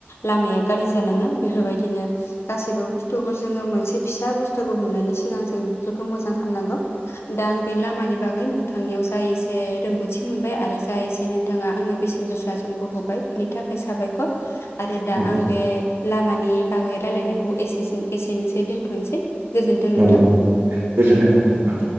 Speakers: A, on the left (about 85°); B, on the right (about 80°).
A: लामाया गाज्रि जालाङो बेफोर बायदि। गासिबो बु बुस्थुखौ जोङो मोनसे फिसा बुस्थुखौ नुनायनि सिगां जों बेखौ मोजां खालामनांगौ। दा आं बे लामानि बागै नोंथांनियाव जा एसे रोंगौथि मोनबाय आरो जा एसे नोंथाङा आंनो बेसेन गोसा समखौ होबाय। बिनि थाखाय साबायखर आरो दा
B: औ
A: आं बे लामानि बागै रायलायनायखौ एसेसो एसेनोसै दोनथ'नोसै। गोजोन्थों
B: औ
A: नोंथां
B: दे गोजोननाय थाबाय नोंथां।